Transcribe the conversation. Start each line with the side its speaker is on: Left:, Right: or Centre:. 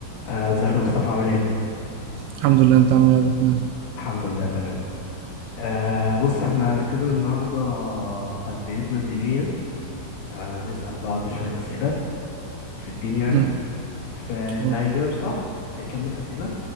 Left: آه، ازيك يا مصطفى عامل ايه؟
Right: الحمد لله انت عامل ايه يا عبد الرحمن
Left: الحمد لله تمام آه بص احنا هنختبر النهارده خلفيتنا الدينية آه نسأل بعض شوية أسئلة في الدين يعني
Right: مم.
Left: فاللي
Right: اه.
Left: هيجاوب صح هيكمل أسئلة